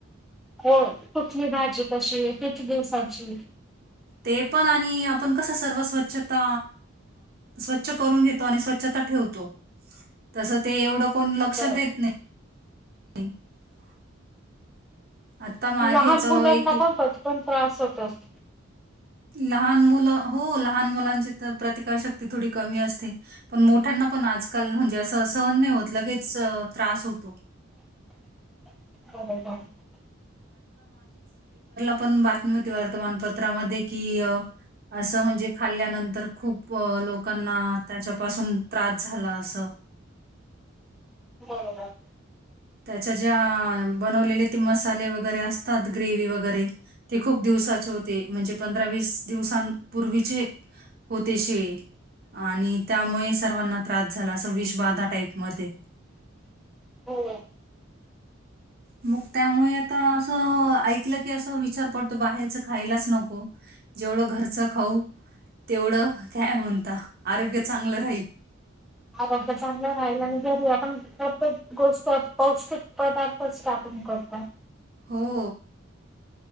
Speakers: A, in the centre; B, on the right.
A: होय कुटली भाजी कशी आहे किती दिवसाची
B: ते पण आणि आपण कसं सर्व स्वच्छता स्वच्छ करून घेतो आणि स्वच्छता ठेवतो तस ते एवढं कोण लक्ष
A: बरोबर
B: देत नाही. <inaudible> आता मागेच
A: लहान
B: अ,
A: मुलांना
B: एक
A: पण पचपन त्रास होत असते.
B: लहान मुलं हो लहान मुलांची तर प्रतिकारशक्ती थोडी कमी असते पण मोठ्याना पण आजकाल म्हणजे असं सहन नाही होत लगेच त्रास होतो.
A: <unintelligible>
B: आपण बातमी होती वर्तमानपत्रामध्ये कि असं म्हणजे खाल्ल्यानंतर खूप लोकांना त्याच्यापासून त्रास झाला असं
A: बरोबर
B: त्याच्या ज्या बनवलेले ते मसाले वगैरे असतात ग्रेवी वगैरे ते खूप दिवसाचे होते म्हणजे पंधरा-वीस दिवस पूर्वीचे होते शिळे आणि त्यामुळे सर्वांना त्रास झाला असं विष बाधा टाईपमध्ये
A: <inaudible> हो.
B: मग त्यामुळे आता असं ऐकलं की असं विचार पडतो बाहेरचं खायलाच नको. जेवढं घरचं खाऊ तेवढं काय म्हणता आरोग्य चांगलं राहील.
A: आरो चांगलं राहिला आणि घरी आपण प्रत्येक गोष्ट पौष्टिक पदार्थ. होक का.
B: हो.